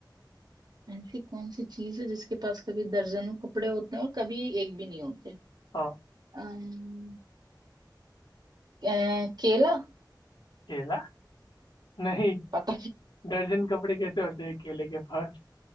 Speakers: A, on the right; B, on the left.
A: ऐसी कौन सी चीज है जिसके पास कभी दर्जनों कपड़े होते हैं और कभी एक भी नहीं होते
B: हाँ
A: अम्म, अ, केला
B: केला नहीं
A: पता
B: दर्जन कपड़े कैसे होते हैं केले के पास